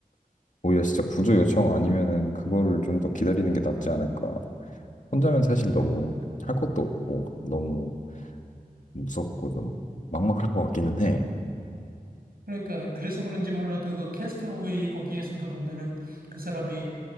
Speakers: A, on the left (about 55°); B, on the right (about 80°).
A: 오히려 진짜 구조 요청 아니면은 그거를 좀 더 기다리는 게 낫지 않을까. 혼자면 사실 너무
B: 음.
A: 할 것도 없고, 너무 무섭고 좀 막막할 것 같기는 해.
B: 그러니까, 그래서 그런지 몰라도 그 캐스터웨이 거기에서도 보면은 그 사람이